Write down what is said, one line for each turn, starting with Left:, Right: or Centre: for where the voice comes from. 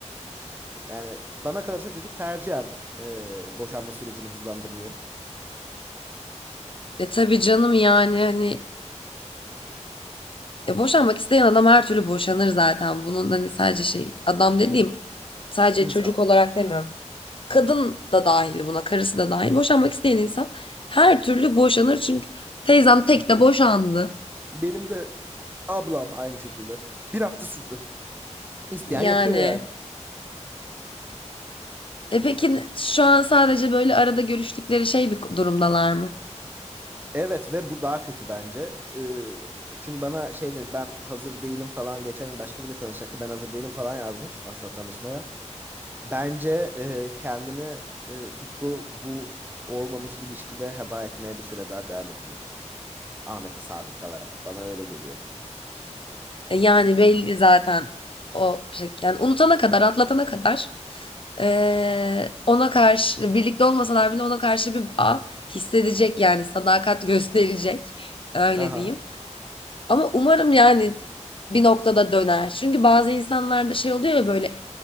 Right: Yani bana kalırsa çocuk tercihen e, boşanma sürecini hızlandırmıyor.
Left: E tabii canım yani hani e, boşanmak isteyen adam her türlü boşanır zaten. Bunun hani sadece şey adam dediğim sadece
Right: İnsan.
Left: çocuk olarak demiyorum. Kadın da dahil buna, karısı da dahil. Boşanmak isteyen insan her türlü boşanır çünkü teyzem tek de boşandı.
Right: Benim de ablam aynı şekilde. Bir hafta sürdü. İsteyen
Left: Yani
Right: yapıyor yani.
Left: e peki şu an sadece böyle arada görüştükleri şey bir durumdalar mı?
Right: Evet ve bu daha kötü bence. Ee, Çünkü bana şey demiş ben hazır değilim falan geçen gün başka biriyle tanışacaktı. Ben hazır değilim falan yazmış aslında tanışmaya. Bence e, kendini e, Tutku bu olmamış ilişkide heba etmeye bir süre daha devam edecek. Ahmet'e sadık kalarak. Bana öyle geliyor.
Left: E, Yani belli zaten o şey. Yani unutana kadar, atlatana kadar eee, ona karşı birlikte olmasalar bile ona karşı bir bağ hissedecek yani sadakat <laughs> gösterecek. Öyle
Right: Ha ha.
Left: diyeyim. Ama umarım yani bir noktada döner. Çünkü bazı insanlarda şey oluyor ya böyle